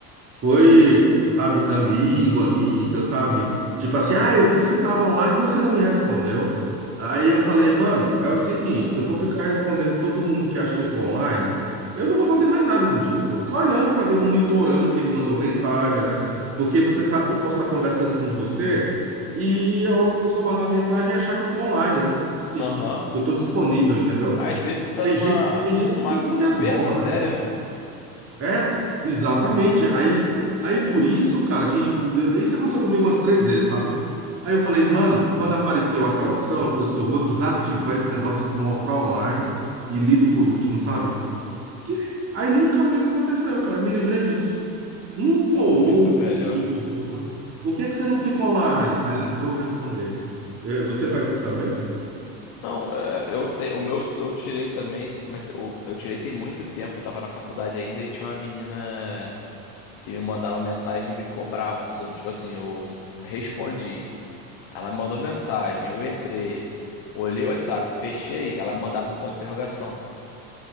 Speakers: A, on the right; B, on the left.
A: Foi, sabe, amigo, amiga, sabe? Tipo assim, ah, eu vi que você tava online e você não me respondeu. Aí eu falei, mano, é o seguinte, se eu for ficar respondendo todo mundo que acha que eu tô online, eu não vou fazer mais nada no dia. Eu Vou ficar olhando pra ver, monitorando quem me mandou mensagem, né? Porque você sabe que eu posso estar conversando com você e a outra pessoa mandar mensagem e achar que eu tô online, né? Assim,
B: Aham.
A: eu tô disponível, entendeu?
B: Às vezes você tá
A: Tem
B: numa
A: gente, tem gente
B: numa
A: que confunde
B: conversa
A: as bolas,
B: séria,
A: né, mano?
B: né?
A: É, exatamente. Aí, aí por isso, cara, que isso aconteceu comigo umas três vezes, sabe? Aí eu falei, mano, quando apareceu aquela opção, eu disse, eu vou desativar esse negócio de mostrar online e lido por último, sabe? Porque aí nunca mais aconteceu, cara. Me livrei disso. Um
B: É
A: ou
B: muito
A: outro
B: melhor.
A: que me cobrou, sabe? O que é que você não fica online? Aí lá eu vou responder. Eh, Você faz isso também?
B: Não, é, eu te, o meu eu tirei também, mas o- eu tirei tem muito tempo, eu tava na faculdade ainda e tinha uma menina que me mandava mensagem e me cobrava. Se eu não- Tipo assim, eu respondi. Ela me mandou mensagem, eu entrei, olhei o WhatsApp, fechei, ela me mandava um ponto de interrogação